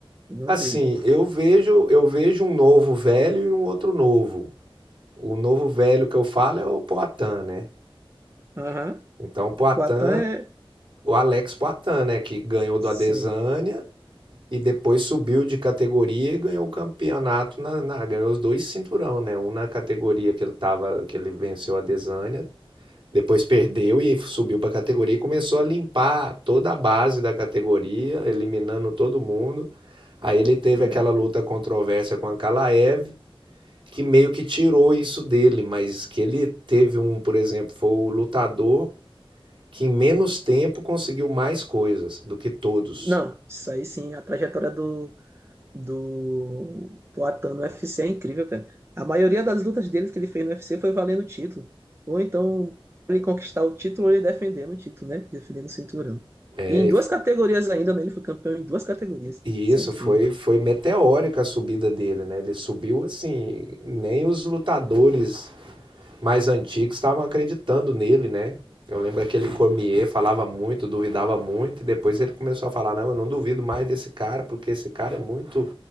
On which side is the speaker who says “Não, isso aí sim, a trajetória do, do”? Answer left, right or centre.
Right